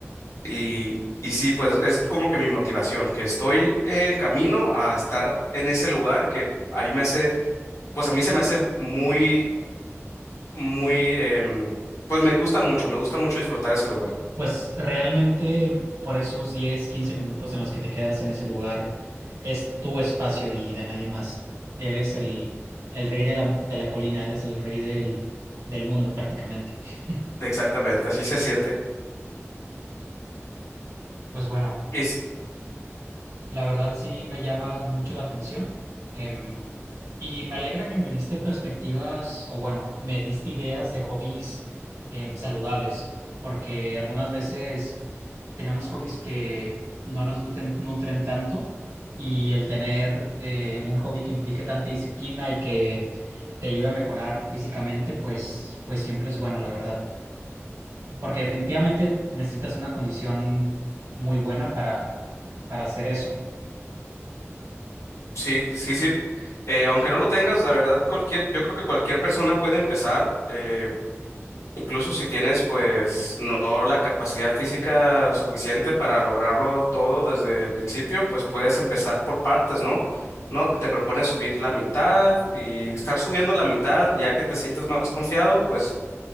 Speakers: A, on the left; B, on the right.
A: Y, y sí, pues es como que mi motivación, que estoy en camino a estar en ese lugar que a mí me hace, pues a mí se me hace muy, muy, em, pues me gusta mucho, me gusta mucho disfrutar ese lugar.
B: Pues realmente por esos 10 15 minutos en los que te quedas en ese lugar es tu espacio y de nadie más. Eres el, el rey de la, de la colina, eres el rey del, del mundo prácticamente. <laughs>
A: Exactamente, así se siente.
B: Pues bueno,
A: Y
B: La verdad sí me llama mucho la atención em, y me alegra que me diste perspectivas o bueno, me diste ideas de hobbies em, saludables, porque algunas veces tenemos hobbies que no nos nuten- nutren, tanto y el tener eh, un hobby que implique tanta disciplina y que te ayude a mejorar físicamente, pues, pues siempre es bueno, la verdad, porque definitivamente necesitas una condición muy buena para, para hacer eso.
A: Sí, sí, sí. Eh, aunque no lo tengas, la verdad, cualquier, yo creo que cualquier persona puede empezar, eh, incluso si tienes, pues, no la capacidad física suficiente para lograrlo todo desde el principio, pues puedes empezar por partes, ¿no? No, te propones subir la mitad y estar subiendo la mitad, ya que te sientes más confiado, pues